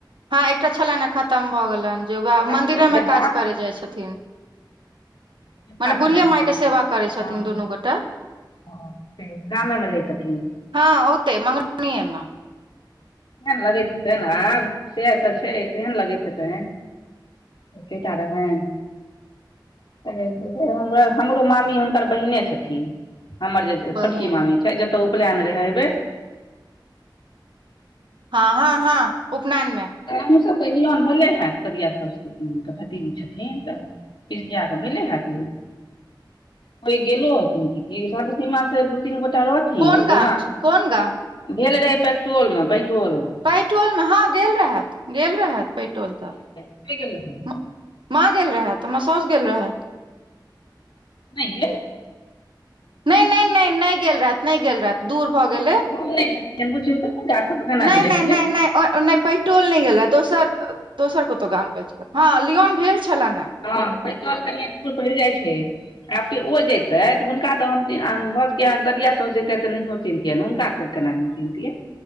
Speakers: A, on the right; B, on the left.
A: हँ एकटा छलनिए खतम भऽ गेलनि, जे उएह मन्दिरेमे
B: छलनि बेटा
A: काजकरेै जाइ छथिन।
B: बेटा
A: मने
B: छलनि
A: बुढ़िये
B: हुनकर
A: मायके सेवा करै छथिन
B: हँ
A: दुनू गोटा?
B: हँ से गामेमे रहैत छथिन
A: हँ ओतहि मंगरौनीयेमे
B: कहेने लगैत हेतैनि आब? सैह तऽ छै, केहन लगैत हेतैनि? एकेटा रहैन हमरो मामी हुनकर बहिने छथिन हमर जे
A: बहिन
B: छोटकी मामी छै जतय उपनयन रहै एहिबेर हू <inaudible>
A: हँ हँ हँ उपनयनमे
B: हमहूँ सभके लियौन भेले हैत ददिया साउसके भतिजी छथिन तऽ पिसियाके भेले हैत? कोइ गेलो हथिन की? सर्वसीमासे दू-तीन गोटा रोज न
A: कोन
B: ओ
A: गाम
B: गुगा
A: छ- कोन गाम
B: भेल रहे पेट्रोल मे पेट्रोल मे <unintelligible>
A: पैटोलमे हँ गेल रहैत गेल रहैत पैटोल तऽ <unintelligible>
B: क गेल <unintelligible>
A: म- माँ गेल रहथि तऽ साउस गेल रहथि
B: नहि यै।
A: नहि नहि नहि, नहि गेल रहथि नहि गेल रहथि। दूर भऽ गेलै
B: ह बुझियौ त गाछ पका नानी
A: नहि
B: देखियै
A: नहि नहि
B: <unintelligible>
A: नहि नहि पैटोल नहि गेलै दोसर दोसर कतहु गाम गेल छलथिहे। हँ लियौन भेल छलनिहे
B: हँ पैटोल कनि दूर पड़ि जाइ छै <unintelligible> आब ओ जेतैथि हुनका तऽ हम भऽ सकैए कहाँ ददिया साउस जेतैथि तऽ नहियो चिन्हतियनि हुनका तऽ केना नहि चिन्हतियनि?